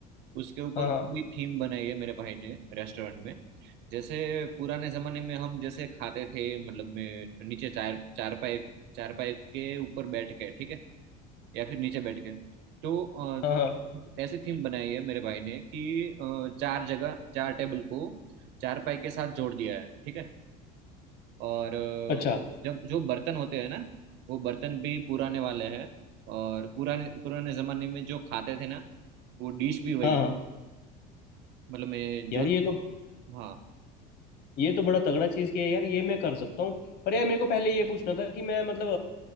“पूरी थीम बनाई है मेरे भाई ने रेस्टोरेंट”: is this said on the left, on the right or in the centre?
Right